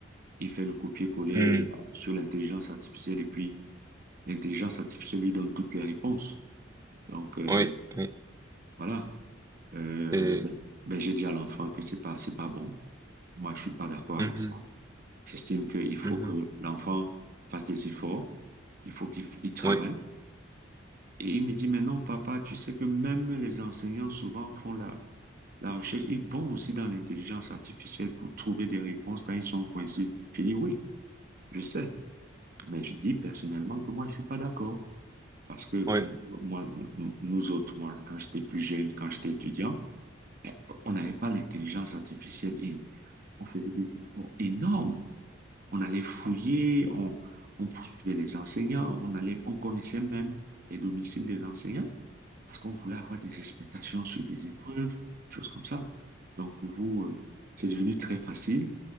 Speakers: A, on the right; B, on the right.
A: Il fait le copier-coller
B: Hmm.
A: euh, sur l'intelligence artificielle et puis l'intelligence artificielle lui donne toutes les réponses. Donc, euh,
B: Oui. Oui.
A: voilà. Euh,
B: C'est-
A: bon, ben j'ai dit à l'enfant que c'est pas, c'est pas bon. Moi, je suis pas d'accord
B: Mhm.
A: avec ça. J'estime qu'il faut
B: Mhm.
A: que l'enfant fasse des efforts. Il faut qu'il f- il travaille.
B: Oui.
A: Et il me dit, mais non, papa, tu sais que même les enseignants souvent font la, la recherche. Ils vont aussi dans l'intelligence artificielle pour trouver des réponses quand ils sont coincés. J'ai dit, oui, je sais. Mais je dis personnellement que moi, je suis pas d'accord. Parce que
B: Oui.
A: n- moi, n- nous autres, moi, quand j'étais plus jeune, quand j'étais étudiant, On n'avait pas l'intelligence artificielle et on faisait des efforts énormes. On allait fouiller, on, on poursuivait les enseignants, on allait, on connaissait même les domiciles des enseignants parce qu'on voulait avoir des explications sur des épreuves, des choses comme ça. Donc pour vous, euh, c'est devenu très facile